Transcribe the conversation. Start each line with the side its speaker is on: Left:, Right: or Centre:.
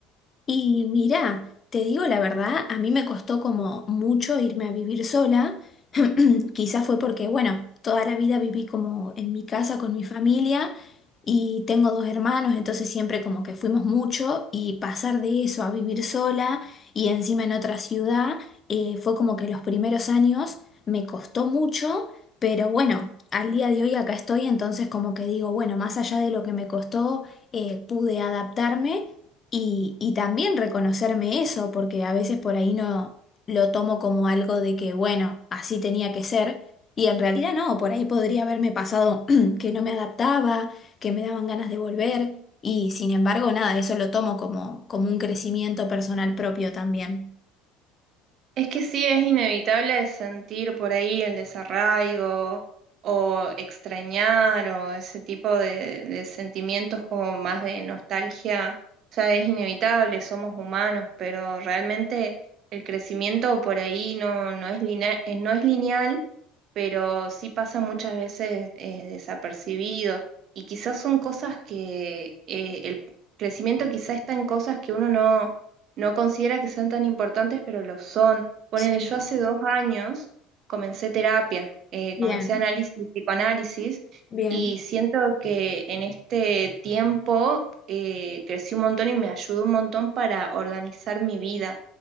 Left: Y mira, te digo la verdad, a mí me costó como mucho irme a vivir sola. <clears throat> Quizás fue porque, bueno, toda la vida viví como en mi casa con mi familia y tengo dos hermanos, entonces siempre como que fuimos mucho y pasar de eso a vivir sola y encima en otra ciudad, eh, fue como que los primeros años me costó mucho, pero bueno, al día de hoy acá estoy, entonces como que digo, bueno, más allá de lo que me costó, eh, pude adaptarme. Y, y también reconocerme eso, porque a veces por ahí no lo tomo como algo de que, bueno, así tenía que ser, y en realidad no, por ahí podría haberme pasado <clears throat> que no me adaptaba, que me daban ganas de volver, y sin embargo, nada, eso lo tomo como, como un crecimiento personal propio también.
Right: Es que sí, es inevitable sentir por ahí el desarraigo o extrañar o ese tipo de, de sentimientos como más de nostalgia. O sea, es inevitable, somos humanos, pero realmente el crecimiento por ahí no, no es linea- eh, no es lineal, pero sí pasa muchas veces eh, desapercibido. Y quizás son cosas que eh, el crecimiento quizás está en cosas que uno no, no considera que sean tan importantes, pero lo son. Ponele,
Left: Sí.
Right: yo hace dos años comencé terapia, eh,
Left: Bien,
Right: comencé análisis, psicoanálisis,
Left: bien,
Right: y siento que en este tiempo eh, crecí un montón y me ayudó un montón para organizar mi vida,